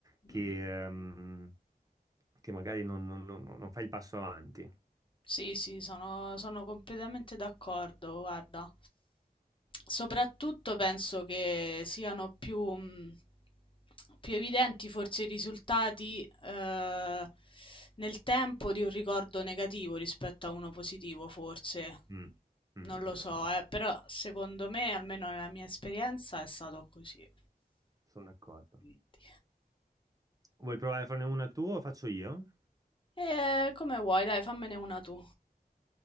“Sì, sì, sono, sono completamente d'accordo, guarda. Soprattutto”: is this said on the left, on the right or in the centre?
Left